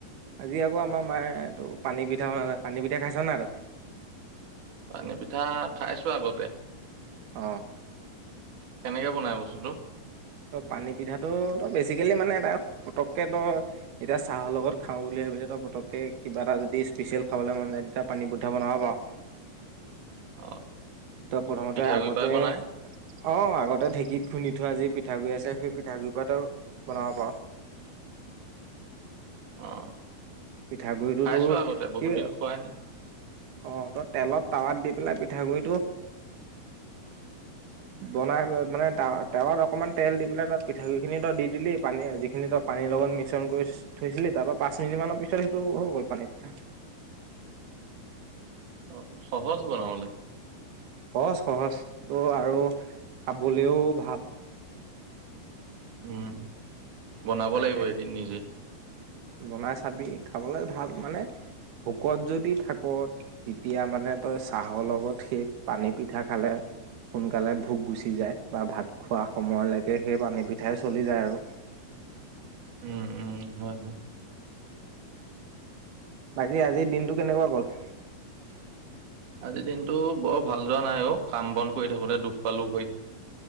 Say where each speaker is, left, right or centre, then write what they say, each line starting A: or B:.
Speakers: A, on the right; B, on the right.
A: আজি আকৌ আমাৰ মায়ে তটো পানী পিঠা বনালে পানী পিঠা খাইছ নাই তই।
B: পানী পিঠা খাইছো আগতে?
A: অ
B: কেনেকে বনাই বস্তুটো?
A: ত পানী পিঠাটো তই বেছিকেলি মানে এ পতককৈ তই এতিয়া চাহৰ লগত খাওঁ বুলি ভাবি এ তই পতককৈ কিবা এটা যদি স্পেচিয়েল খাবলৈ মন যায় তেতিয়া পানী পিঠা বনাব পাৰ।
B: অ
A: ত প্ৰথমতে
B: পিঠাগুৰি
A: আগতে
B: পৰাই বনাই
A: অ আগতে ঢেঁকীত খুন্দী। ঠোৱা যি পিঠাগুৰি আছে সেই পিঠাগুৰি পৰাও বনাব পাৰ।
B: অ
A: পিঠাগুৰিটোতো
B: খাইছো আগতে বহুত
A: কি
B: দিন খোৱাই নাই
A: অ ত তেলত টাৱাত দি। পেলাই পিঠাগুৰিটো বনাই মানে তাৱ তাৱাত অকণমান তেল দি পেলাই তাত পিঠাগুৰিখিনি তই দি দিলি পানী যিখিনি তই পানীৰ লগত মিশ্ৰণ কৰি থৈছিলি তাৰ পৰা পাঁচ মিনিট মানৰ পিছত সেইটো হৈ গ'ল পানী পিঠা।
B: অ সহজ বনাবলৈ?
A: সহজ সহজ ত' আৰু খাবলৈও ভাল?
B: উম বনাব
A: তাকে
B: লাগিব এদিন নিজে
A: বনাই চাবি খাবলে ভাল? মানে ভোকত যদি থাক তেতিয়া মানে তই চাহৰ লগত সেই পানী পিঠা খালে সোনকালে ভোক গুচি যায় বা ভাত খোৱা সময়লৈকে সেই পানী পিঠাই চলি যায় আৰু।
B: উম উম হয় হয়
A: বাকী আজিৰ দিনটো কেনেকুৱা গল।
B: আজিৰ দিনটো বৰ ভাল যোৱা নাই অ কাম বন কৰি থাকোতে দুখ পালো ভৰিত?